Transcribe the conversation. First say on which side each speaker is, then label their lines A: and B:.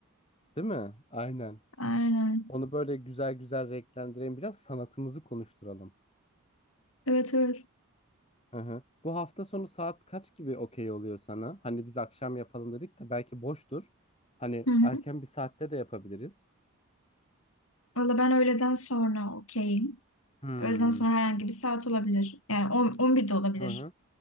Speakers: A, on the left; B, on the left.
A: Değil mi? Aynen.
B: Aynen.
A: Onu böyle güzel güzel renklendirelim. Biraz sanatımızı konuşturalım.
B: Evet evet.
A: Hı hı. Bu hafta sonu saat kaç gibi okey oluyor sana? Hani biz akşam yapalım dedik de belki boştur. Hani
B: Hı hı.
A: erken bir saatte de yapabiliriz.
B: Valla ben öğleden sonra okeyim.
A: Hmm.
B: Öğleden sonra herhangi bir saat olabilir. Yani 10, 11'de olabilir.
A: Hı hı.